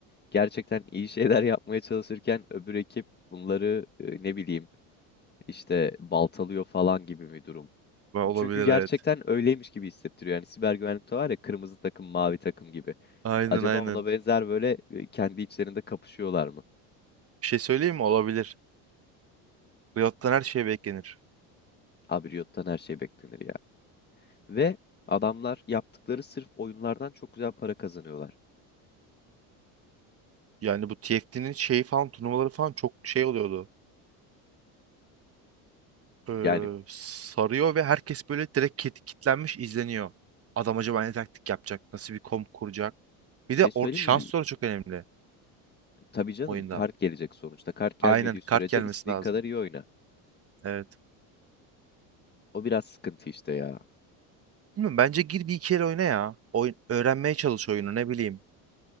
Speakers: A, on the left (about 25°); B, on the right (about 35°).
A: gerçekten iyi şeyler <laughs> yapmaya çalışırken öbür ekip bunları e, ne bileyim işte baltalıyor falan gibi bir durum.
B: Ve olabilir
A: Çünkü gerçekten
B: evet.
A: öyleymiş gibi hissettiriyor. Yani siber güvenlikte var ya kırmızı takım, mavi takım gibi.
B: Aynen
A: Acaba
B: aynen.
A: ona benzer böyle e, kendi içlerinde kapışıyorlar mı?
B: Bir şey söyleyeyim mi? Olabilir. Riot'tan her şey beklenir.
A: Abi Riot'tan her şey beklenir ya. Ve adamlar yaptıkları sırf oyunlardan çok güzel para kazanıyorlar.
B: Yani bu TFT'nin şeyi falan turnuvaları falan çok şey oluyordu. e,
A: Yani
B: sarıyor ve herkes böyle direkt kit- kitlenmiş izleniyor. Adam acaba ne taktik yapacak? Nasıl bir kom kuracak? Bir
A: bir şey
B: de orada
A: söyleyeyim
B: şans
A: mi?
B: da çok önemli
A: Tabii canım
B: oyunda.
A: kart gelecek sonuçta. Kart gelmediği
B: Aynen
A: sürece
B: kart gelmesi
A: istediğin
B: lazım.
A: kadar iyi oyna.
B: Evet.
A: O biraz sıkıntı işte ya.
B: Bilmiyorum, bence gir bir iki el oyna ya. Oyun, öğrenmeye çalış oyunu ne bileyim.